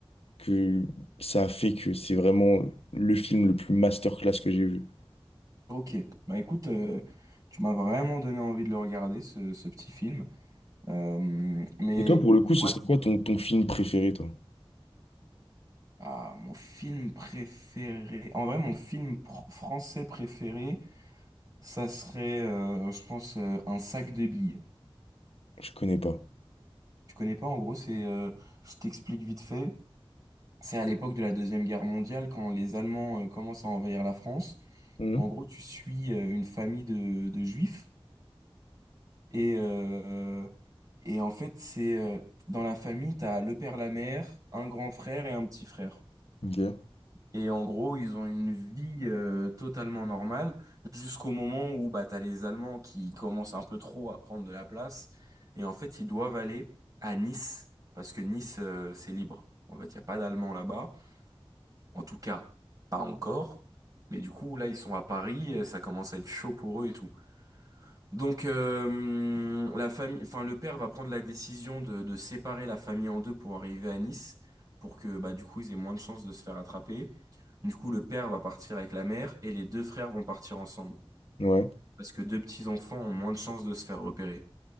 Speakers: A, on the left (about 80°); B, on the right (about 35°).
A: que ça a fait que c'est vraiment le film le plus masterclass que j'ai vu.
B: Ok, bah écoute, euh, tu m'as vraiment donné envie de le regarder, ce, ce petit film. Euh, mais.
A: Et toi, pour le coup, ce
B: ouais
A: serait quoi ton, ton film préféré, toi?
B: Ah, mon film préféré. En vrai, mon film pr- français préféré, ça serait, euh, je pense, euh, Un sac de billes.
A: Je connais pas.
B: Tu connais pas? En gros, c'est, euh, je t'explique vite fait. C'est à l'époque de la Deuxième Guerre mondiale, quand les Allemands, euh, commencent à envahir la France.
A: Mhm.
B: En gros, tu suis euh, une famille de, de juifs et, euh, et en fait, c'est euh, dans la famille, t'as le père, la mère, un grand frère et un petit frère.
A: Ok.
B: Et en gros, ils ont une vie euh, totalement normale jusqu'au moment où bah, t'as les Allemands qui commencent un peu trop à prendre de la place. Et en fait, ils doivent aller à Nice parce que Nice, euh, c'est libre. En fait, il n'y a pas d'Allemands là-bas. En tout cas, pas encore. Mais du coup, là, ils sont à Paris, euh, ça commence à être chaud pour eux et tout. Donc euh, la famille, enfin le père va prendre la décision de, de séparer la famille en deux pour arriver à Nice, pour que bah du coup ils aient moins de chances de se faire attraper. Du coup le père va partir avec la mère et les deux frères vont partir ensemble,
A: Ouais.
B: parce que deux petits enfants ont moins de chances de se faire repérer.